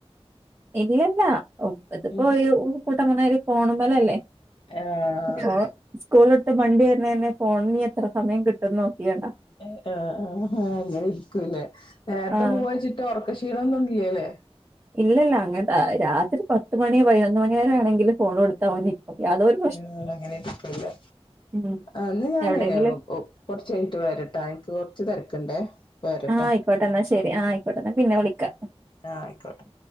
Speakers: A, on the right (about 25°); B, on the left (about 50°).
A: ഇനി യല്ല ത്പ്പോ
B: ഉം.
A: കൂട്ട മുന്നരി പോണ മേൽ അല്ലേ
B: ആഹ്
A: <unintelligible> സ്കൂള്ട്ട് വണ്ടി വരണ തന്നെ പോണങ്കി എത്ര സമയം കിട്ടുംന്ന് നോക്കിയത
B: അഹ് അഹ് ആഹ് അങ്ങനെ ഇരിക്കൂല്ലേ നേരത്തെ
A: ആഹ്
B: പൂവച്ചിട്ട് ഉറക്കക്ഷീണമൊന്നും ഇല്ലലേ
A: ഇല്ല ഇല്ല അങ്ങനത്തെ രാത്രി പത്തുമണി പതിനൊന്ന് മണി വരെ ആണെങ്കിൽ ഫോൺ കൊടുത്താ <unintelligible> ഓക്കെ അതൊരു
B: <unintelligible> അങ്ങനെ ഇരിക്കുവല്ലേ
A: ഉം
B: അന്ന് ഞാനേ
A: എവിടെയെങ്കിലും
B: കുറച്ച് കഴിഞ്ഞട്ട് വരട്ടാ നിക്ക് കുറച്ച് തിരക്കുണ്ടേ വരട്ടാ
A: ആഹ് ആയിക്കോട്ടെ ന്നാ ശരി അഹ് ആയിക്കോട്ടെ ന്നാ പിന്നെ വിളിക്കാ
B: ആഹ് ആയിക്കോട്ടെ